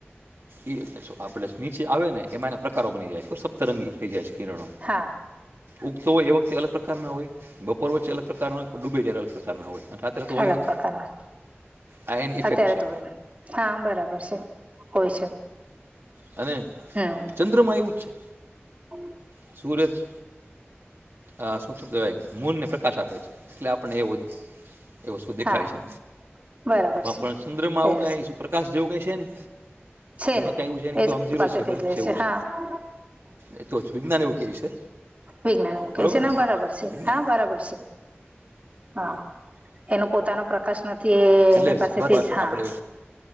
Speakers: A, on the right; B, on the right.
A: એ જ જો આપડસ નીચે આવે ને, એમાં એના પ્રકારો બની જાય, સપ્તરંગી થેઈ જાય છે કિરણો.
B: હા,
A: ઉગતો હોય એ વખતે અલગ પ્રકારના હોય, બપોર વચ્ચે અલગ પ્રકારના ડૂબે ત્યારે અલગ પ્રકારના હોય. અને રાત્રે તો હોય
B: અલગ
A: નહીં
B: પ્રકારના,
A: આ એની ઇફેક્ટ
B: અત્યારે
A: છે
B: તો હોય. કામ બરાબર સે, હોઈ છે.
A: અને
B: હમ
A: ચંદ્રમાં એવું જ.
B: <inaudible>
A: સૂરજ આ શું છું કેવાય? મૂન્નને પ્રકાશ આપે છે, એટલે આપડે એવું હજુ. એ વસ્તુ દેખાય
B: હા
A: છે
B: બરાબર
A: આપ
B: છે
A: પણ ચંદ્રમાં
B: એસ
A: આવું ક આકાશ જેવું કઈ છે નને
B: છે
A: એમાં કઈ એવું છે નહી
B: એ
A: તો અમઝીરો
B: પાસેથી
A: છે બલ્બ
B: જ લે
A: જેવું
B: હા
A: છે. એ તો વિજ્ઞાન એવું કય છે.
B: વિજ્ઞાન
A: બરોબર
B: કે છેને
A: ને
B: બરાબર છે
A: વિજ્ઞાન
B: હા બરાબર છે હા. એનો પોતાનો પ્રકાશ નથી એ
A: એટલે
B: એની પાસેથી
A: પાછળ
B: જ હા.
A: આપણે